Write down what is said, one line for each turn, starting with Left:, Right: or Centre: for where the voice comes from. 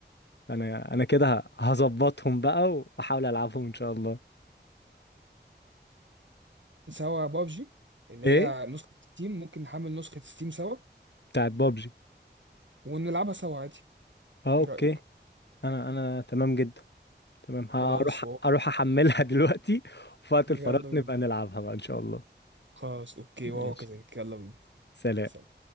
Left: انا انا كده ه- هظبطهم بقى واحاول العبهم ان شاء الله
Right: سوا بابجي اللي
Left: ايه
Right: هي نسخه ستيم ممكن نحمل نسخه ستيم سوا
Left: بتاعت بابجي
Right: ونلعبها سوا عادي
Left: اه اوكي
Right: ايه رأيك
Left: انا انا تمام جدا تمام هروح
Right: خلاص واو
Left: اروح احملها <laughs> دلوقتي وفي وقت
Right: يلا
Left: الفراغ نبقى
Right: بينا
Left: نلعبها بقى ان شاء الله
Right: خلاص اوكي
Left: ماشي
Right: وهو كذلك يلا بينا
Left: سلام
Right: سلام